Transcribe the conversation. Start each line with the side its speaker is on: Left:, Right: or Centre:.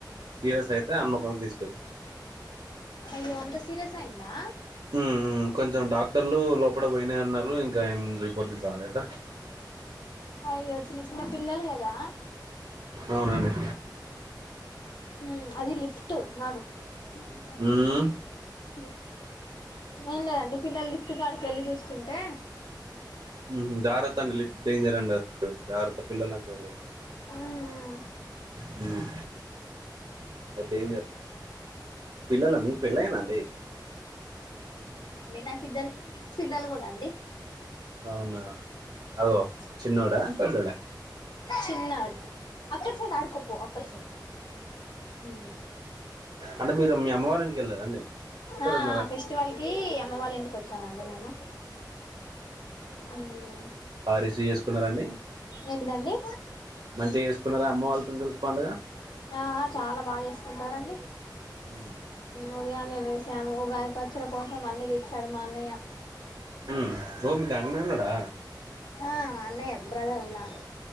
Right: సీరియస్ అయితే హన్మకొండ తీసుకొచ్చి
Left: అయ్యో అంత సీరియస్ అయిందా
Right: హుమ్ హ్మ్ కొంచెం డాక్టర్లు లోపట పోయినాయి అన్నారు. ఇంకా ఏం రిపోర్ట్లు రాలేట
Left: అయ్యో చిన్న చిన్న పిల్లలు కదా
Right: అవునండి
Left: హ్మ్ అది లిప్ట్ నాడు సర్లే
Right: మ్మ్
Left: ఏం లేదండి పిల్లలు లిఫ్ట్ కాడికి వెళ్ళి చూస్తుంటే
Right: హుమ్ జాగ్రత్త అండి లీఫ్ డేంజర్ అండి అది జాగ్రత్త పిల్లలు అక్కడ
Left: ఉమ్
Right: హ్మ్ అది డేంజర్ పిల్లల మీకు పెళ్లయిందా అండి.
Left: నాకు ఇద్దరు పిల్లలు కూడా అండి.
Right: అవునా అగొ చిన్నోడ పెద్దోడ
Left: చిన్నడ్ అక్క అచ్చింద్ ఆడుకోపో అక్క అచ్చింద్ మ్
Right: అంటే మీరు మీ అమ్మ వాళ్ళ ఇంటికి వెళ్ళారండి ఇక్కడ
Left: ఆ
Right: ఉన్నారా
Left: ఆ ఫెస్టివల్కి అమ్మ వాళ్ళింటికి వచ్చామండి మేం మ్ మ్
Right: బా రిసీవ్ చేస్కున్నారాండి
Left: ఏంటిదండి
Right: మంచిగా చేస్కున్నారా అమ్మో వాల్తోని కలిసి పండుగ
Left: ఆహా చాలా బాగా చేస్కుంటారండి.
Right: ఉ
Left: పొద్దుగాల్నే లేసాము ఉగాది పచ్చడ కోసం అన్ని దెచ్చాడు మా అన్నయ్య.
Right: మ్ ఓ మీక్ అన్నయున్నడా?
Left: ఆ అన్నయ్య బ్రదర్ ఉన్నాడు.